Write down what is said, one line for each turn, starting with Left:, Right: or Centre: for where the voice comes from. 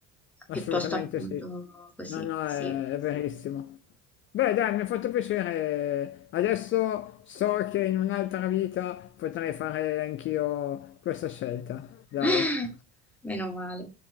Left: Assolutamente
Centre: piuttosto appunto
Left: sì.
Centre: così,
Left: No, no,
Centre: sì.
Left: è, è verissimo. Beh, dai, mi ha fatto piacere. Adesso so che in un'altra vita potrei fare anch'io questa scelta.
Centre: <gasps>
Left: Dai.
Centre: <laughs> Meno male.